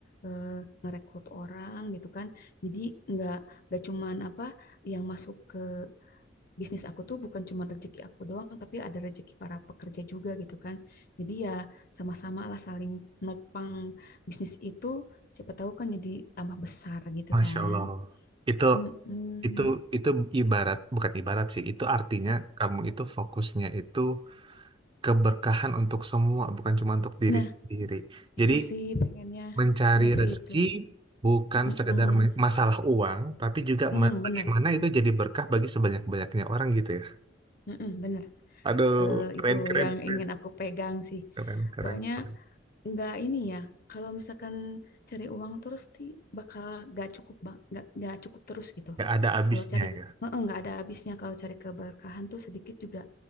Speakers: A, on the left; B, on the right.
A: eh, ngerekrut orang gitu kan. Jadi nggak nggak cuman apa yang masuk ke bisnis aku tuh bukan cuma rezeki aku doang, tapi ada rezeki para pekerja juga gitu kan. Jadi ya sama-sama lah saling nopang bisnis itu, siapa tahu kan jadi tambah besar gitu
B: Masya
A: kan.
B: Allah. Itu
A: Mm-mm.
B: itu itu ibarat bukan ibarat sih itu artinya kamu itu fokusnya itu keberkahan untuk semua bukan cuma untuk diri
A: Nah,
B: sendiri
A: itu
B: jadi
A: sih pengennya
B: mencari
A: nyampe
B: rezeki
A: itu.
B: bukan
A: Mm-mm.
B: sekedar me- masalah uang tapi juga
A: Mm,
B: me-
A: bener,
B: bagaimana itu jadi berkah bagi sebanyak-banyaknya orang gitu ya
A: Mm-mm, bener.
B: aduh
A: S- eh,
B: keren
A: itu
B: keren
A: yang
B: keren
A: ingin aku pegang sih.
B: keren keren
A: Soalnya
B: keren.
A: nggak ini ya kalau misalkan cari uang terus ti bakal nggak cukup ba- nggak nggak cukup terus gitu
B: nggak ada habisnya
A: kalau cari
B: ya
A: eh, nggak ada habisnya kalau cari keberkahan tuh sedikit juga